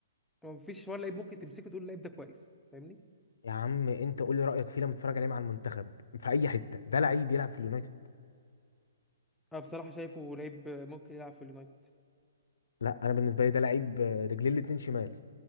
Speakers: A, in the centre; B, on the left (about 85°).
A: ما فيش ولا لعيب ممكن تمسكه تقول اللعيب ده كويس فاهمني
B: يا عم انت قول لي رايك فيه لما تتفرج عليه مع المنتخب في اي حته ده لعيب يلعب في اليونايتد
A: أنا بصراحة شايفه لعيب ممكن يلعب في اليونايتد
B: لا انا بالنسبه لي ده لعيب آه، رجليه الاتنين شمال